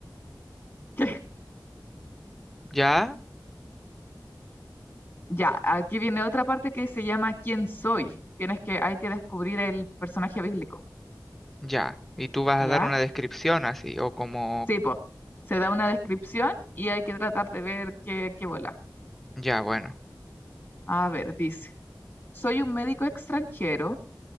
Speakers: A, on the left; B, in the centre.
A: ¿Qué?
B: ya,
A: Ya, aquí viene otra parte que se llama ¿Quién soy? Tienes que, hay que descubrir el personaje bíblico.
B: ya. Y tú vas
A: ¿Ya?
B: a dar una descripción así, o como,
A: Sí, po. Se da una descripción y hay que tratar de ver qué, qué bola.
B: ya, bueno.
A: A ver, dice. Soy un médico extranjero.